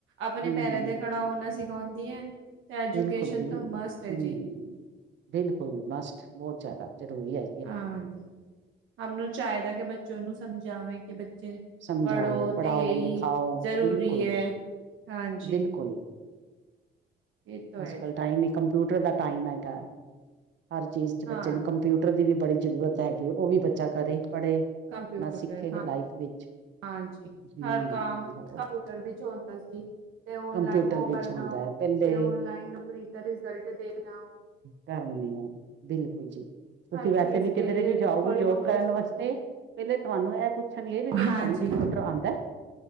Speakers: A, on the right; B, on the right.
A: ਆਪਣੇ
B: ਹੂੰ,
A: ਪੈਰਾਂ
B: ਹੂੰ।
A: ਦੇ ਕੜਾ ਉਹਨਾਂ ਸਿਖਾਉਂਦੀ ਹੈ ਤੇ ਐਜੂਕੇਸ਼ਨ
B: ਬਿਲਕੁਲ ਜੀ
A: ਤੋਂ
B: ਹੂੰ।
A: ਮਸਤ ਹੈ ਜੀ
B: ਬਿਲਕੁਲ ਮਸਟ ਬਹੁਤ ਜ਼ਿਆਦਾ ਜ਼ਰੂਰੀ ਹੈ
A: ਹਾਂਜੀ ਹਨੂੰ ਚਾਹੀਦਾ ਕਿ ਬੱਚੋਂ ਨੂੰ ਸਮਝਾਵੇ ਕਿ
B: ਸਮਝਾਓ,
A: ਪੜ੍ਹੋ
B: ਪੜ੍ਹਾਓ,
A: ਤੇ ਇਹੀ
B: ਲਿਖਾਓ
A: ਜ਼ਰੂਰੀ
B: ਬਿਲਕੁਲ।
A: ਹੈ ਹਾਂਜੀ
B: ਬਿਲਕੁਲ
A: ਇਹ ਤਾਂ
B: ਅੱਜ
A: ਹੈ ਜੀ
B: ਕੱਲ ਟਾਈਮ ਹੀ ਕੰਪਿਊਟਰ ਦਾ ਟਾਈਮ ਹੈਗਾਾ ਹਰ ਚੀਜ਼ 'ਚ ਬੱਚੇ
A: ਹਾਂ
B: ਨੂੰ ਕੰਪਿਊ ਦੀ ਵੀ ਬੜੀ ਜ਼ਰੂਰਤ ਹੈਗੀ ਉਹ ਵੀ ਬੱਚਾ ਕਰੇ ਪੜ੍ਹੇ
A: ਕੰਪਿਊਟਰ
B: ਆਪਣਾ ਸਿੱਖੇ
A: ਹਾਂ
B: ਲਾਈਫ ਵਿੱਚ
A: ਹਾਂਜੀ
B: ਹੂੰ
A: ਹਰ ਕੰਮ
B: ਹੋਰ
A: ਕੰਪਿਊਟਰ ਵਿੱਚ ਹੁੰਦਾ ਸੀ ਤੇ ਓਨਲਾਈਨ
B: ਕੰਪਿਊਟਰ
A: ਫੋਮ
B: ਵਿੱਚ
A: ਭਰਨਾ
B: ਹੁੰਦਾ ਹੈ ਪਹਿਲੇ
A: ਤੇ ਓਨਲਾਈਨ ਨੌਕਰੀ ਦਾ ਰਿਜ਼ਲਟ ਦੇਖਣਾ
B: ਕਰਨ ਆ ਬਿਲਕੁਲ ਜੀ ਤੁਸੀਂ
A: ਹਰ ਚੀਜ਼
B: ਵੈਸੇ ਵੀ
A: ਕੇ
B: ਕਿਧਰੇ
A: ਲੀਏ
B: ਵੀ ਜਾਓਗੇ
A: ਥੋੜੀ
B: ਯੋਗ
A: ਨੌਲੇਜ
B: ਕਰਨ
A: ਹੁੰਦੀ
B: ਵਾਸਤੇ ਪਹਿਲੇ ਤੁਹਾਨੂੰ ਇਹ ਪੁੱਛਣਏ ਵੀ ਤੁਸੀਂ
A: ਹਾਂਜੀ
B: ਤੁਹਾਨੂੰ ਕੰਪਿਊਟਰ ਆਉਂਦਾ